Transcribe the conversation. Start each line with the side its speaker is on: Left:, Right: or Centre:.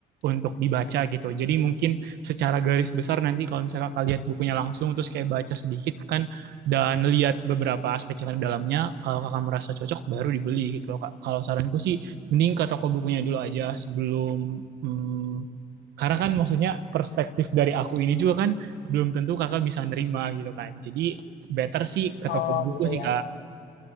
Right: untuk dibaca gitu. Jadi mungkin secara garis besar nanti kalau misalnya kakak lihat bukunya langsung terus kayak baca sedikit kan dan lihat beberapa aspek yang ada di dalamnya kalau kakak merasa cocok baru dibeli gitu loh kak. Kalau saranku sih mending ke toko bukunya dulu aja sebelum hmm, karena kan maksudnya perspektif dari aku ini juga kan belum tentu kakak bisa nerima gitu kan. Jadi better sih ke
Left: Oh,
Right: toko buku
Left: iya,
Right: sih
Left: ya.
Right: kak.